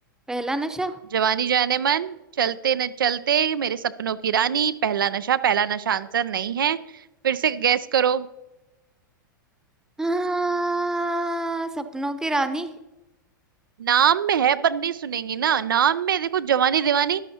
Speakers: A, in the centre; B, on the right (about 80°).
A: पहला नशा
B: जवानी जाने मन चलते न चलते मेरे सपनों की रानी पहला नशा पहला नशा आंसर नहीं है फिर से गैस करो
A: हाँ सपनों की रानी
B: नाम में है पर नहीं सुनेंगी ना नाम में देखो जवानी दीवानी